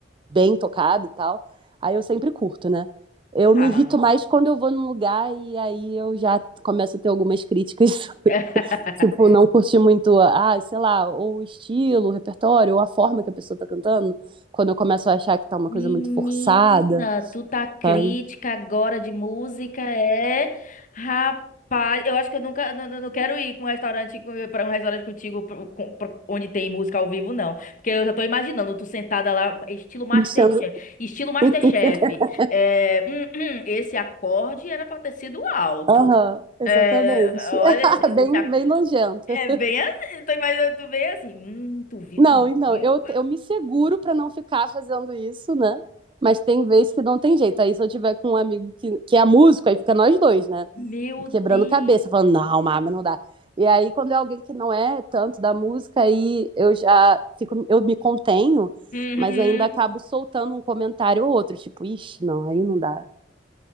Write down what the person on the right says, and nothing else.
bem tocada e tal, aí eu sempre curto, né? Eu
me irrito mais quando eu vou num lugar e aí eu já começo a ter algumas críticas, <laughs>
tipo, não curti muito, ah, sei lá, ou o estilo, o repertório, ou a forma que a pessoa tá cantando, quando eu começo a achar que tá uma
coisa muito forçada
sabe?
Enchendo.
<laughs>
Aham, exatamente.
<laughs>
Bem,
bem nojenta.
Não,
então,
eu, eu me seguro pra não ficar fazendo isso, né? Mas tem vezes que não tem jeito. Aí se eu tiver com um amigo que, que é músico, aí fica nós dois, né?
Quebrando cabeça, falando, não, mas não dá. E aí, quando é alguém que não é tanto da música, aí eu já fico, eu me contenho,
mas ainda acabo soltando um comentário ou outro, tipo, ixi, não, aí não dá.